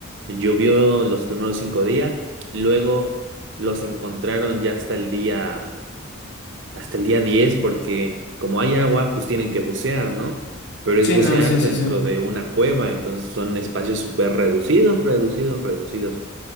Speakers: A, on the right; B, on the left.
A: Llovió los primeros cinco días, luego los encontraron ya hasta el día hasta el día 10 porque como hay agua, pues tienen que bucear, ¿no? Pero es
B: Sí,
A: bucear
B: no, sí, sí,
A: dentro
B: sí.
A: de una cueva, entonces son espacios súper reducidos, reducidos, reducidos.